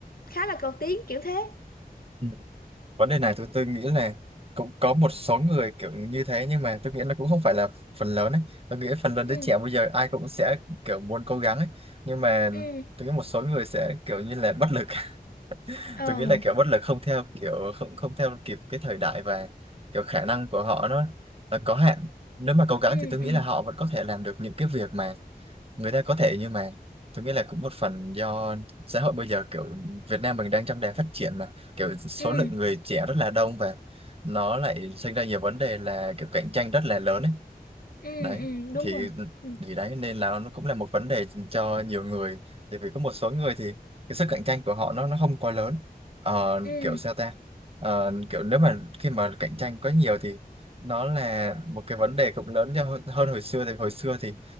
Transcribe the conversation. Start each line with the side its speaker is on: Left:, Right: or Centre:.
Left: khá là cầu tiến kiểu thế
Right: ừ. vấn đề này tôi tôi nghĩ là cũng có một số người kiểu như thế nhưng mà tôi nghĩ nó cũng không phải là phần lớn ấy tôi nghĩ phần lớn
Left: ừ
Right: đứa trẻ bây giờ ai cũng sẽ kiểu muốn cố gắng ấy nhưng mà
Left: ừ
Right: tôi nghĩ một số người sẽ kiểu như là bất lực <laughs>
Left: ờ
Right: tôi nghĩ là kiểu bất lực không theo kiểu không không theo kịp cái thời đại và kiểu khả năng của họ nó là có hạn nếu mà cố gắng
Left: ừ
Right: thì tôi nghĩ
Left: ừ
Right: là họ vẫn có thể làm được những cái việc mà người ta có thể nhưng mà tôi nghĩ là cũng một phần do xã hội bây giờ kiểu Việt Nam mình đang trong đà phát triển mà kiểu số
Left: ừ
Right: lượng người trẻ rất là đông và nó lại sinh ra nhiều vấn đề là kiểu cạnh tranh rất là lớn ấy
Left: ừ
Right: đấy
Left: ừ đúng
Right: thì
Left: rồi ừ
Right: thì đấy nên là nó cũng là một vấn đề cho nhiều người tại vì có một số người thì cái sức cạnh tranh của họ nó nó không quá lớn Ờ,
Left: ừ
Right: kiểu sao ta Ờ, kiểu nếu mà khi mà cạnh tranh quá nhiều thì nó là một cái vấn đề cũng lớn cho hơn hơn hồi xưa thì hồi xưa thì